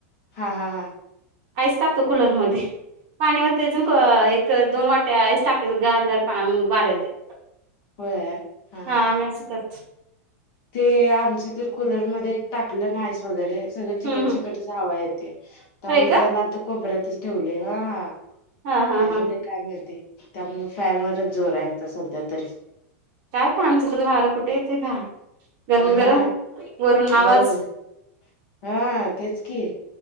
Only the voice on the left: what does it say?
हां हां हां
होय, हां
हां.
ते आमचे तर कुलरमध्ये टाकलं ना, आईस वगैरे सगळं चिकट-चिकट-
''त्याची हवा येते, त्यामुळे
पलंग तर कोपऱ्यात च ठेवले हां. ''
काय
झालं काय माहिती त्या मुळे फॅन वरचं जोर आहे सध्या तरी.
हा
होय.
हा तेच की